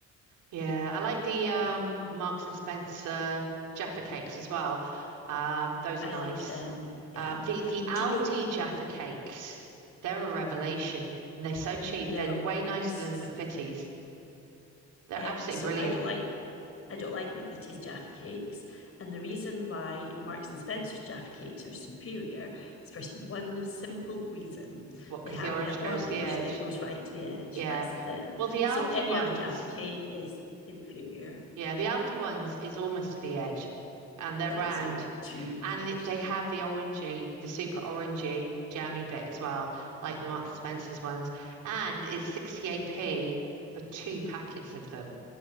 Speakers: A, on the right; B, on the left.
A: Yeah, I like the um Marks and Spencer Jaffa cakes as well. Um, those
B: I
A: are nice.
B: like them. Yeah.
A: Um, the the Aldi
B: Do you know?
A: Jaffa cakes, they're a revelation, and they're so cheap.
B: No.
A: They're way nicer
B: S-
A: than the McVitie's. They're
B: eh,
A: absolutely
B: so
A: brilliant.
B: I don't like I don't like McVitie's Jaffa cakes. And the reason why Marks and Spencer's Jaffa cakes are superior is for one simple reason.
A: What? Because
B: They have
A: the orange
B: the orange
A: goes to the edge.
B: that goes right to the edge.
A: Yeah.
B: That's it.
A: Well, the Aldi
B: So any
A: ones,
B: other Jaffa cake is inferior,
A: yeah, the Aldi ones, it's almost to the edge, and they're
B: but
A: round.
B: it's not to the
A: And
B: edge.
A: it, they have the orangey, the super orangey jammy bit as well, like the Marks and Spencer's ones. And it's 68p for two packets of them.